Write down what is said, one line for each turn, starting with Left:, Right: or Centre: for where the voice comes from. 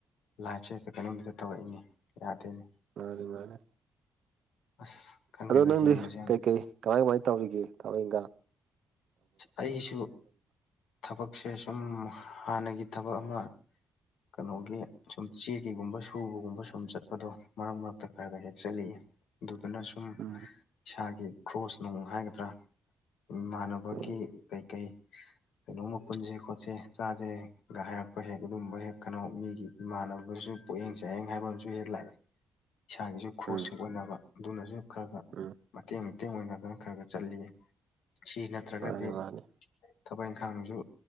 Left: ꯂꯥꯏꯐꯁꯦ ꯍꯦꯛꯇ ꯀꯩꯅꯣꯝꯗ ꯇꯧꯔꯛꯏꯅꯦ ꯌꯥꯗꯦꯅꯦ
Right: ꯃꯥꯅꯤ ꯃꯥꯅꯤ
Left: ꯑꯁ ꯈꯪꯗꯦꯗ
Right: ꯑꯗꯣ ꯅꯪꯗꯤ
Left: ꯍꯤꯡꯕꯁꯦ ꯌꯥꯝ
Right: ꯀꯩꯀꯩ ꯀꯃꯥꯏ ꯀꯃꯥꯏ ꯇꯧꯔꯤꯒꯦ ꯊꯕꯛ ꯏꯪꯒꯥꯡ
Left: ꯑꯩꯁꯨ ꯊꯕꯛꯁꯦ ꯁꯨꯝ ꯍꯥꯟꯅꯒꯤ ꯊꯕꯛ ꯑꯃ ꯀꯩꯅꯣꯒꯤ ꯁꯨꯝ ꯆꯦꯛꯀꯤꯒꯨꯝꯕ ꯁꯨꯕꯒꯨꯝꯕ ꯁꯨꯝ ꯆꯠꯄꯗꯣ ꯃꯔꯛ ꯃꯔꯛꯇ ꯈꯔ ꯈ ꯍꯦꯛ ꯆꯠꯂꯤꯌꯦ ꯑꯗꯨꯗꯨꯅ ꯁꯨꯝ
Right: ꯎꯝ
Left: ꯏꯁꯥꯒꯤ ꯀ꯭ꯔꯣꯁ ꯅꯨꯡ ꯍꯥꯏꯒꯗ꯭ꯔꯥ ꯏꯃꯥꯟꯅꯕꯒꯤ
Right: ꯎꯝ
Left: ꯀꯩ ꯀꯩ ꯀꯩꯅꯣꯝꯃ ꯄꯨꯟꯁꯤ ꯈꯣꯠꯁꯤ ꯆꯥꯁꯦꯒ ꯍꯥꯏꯔꯛꯄ ꯍꯦꯛ ꯑꯗꯨꯝꯕ ꯍꯦꯛ ꯀꯩꯅꯣ ꯃꯤꯒꯤ ꯏꯃꯥꯟꯅꯕꯁꯨ ꯄꯣꯛꯌꯦꯡ ꯆꯥꯏꯌꯦꯡ ꯍꯥꯏꯕ ꯑꯃꯁꯨ ꯍꯦꯛ ꯂꯥꯛꯏ ꯏꯁꯥꯒꯤꯁꯨ ꯈ꯭ꯔꯣꯁꯁꯨ
Right: ꯎꯝ
Left: ꯑꯣꯏꯅꯕ ꯑꯗꯨꯅꯁꯨ ꯈꯔ ꯈꯔ
Right: ꯎꯝ
Left: ꯃꯇꯦꯡ ꯃꯇꯦꯡ ꯑꯣꯏꯅꯗꯅ ꯈꯔ ꯈꯔ ꯆꯠꯂꯤ ꯁꯤ ꯅꯠꯇ꯭ꯔꯒꯗꯤ
Right: ꯃꯥꯅꯤ ꯃꯥꯅꯤ
Left: ꯊꯕꯛ ꯏꯪꯈꯥꯡꯁꯨ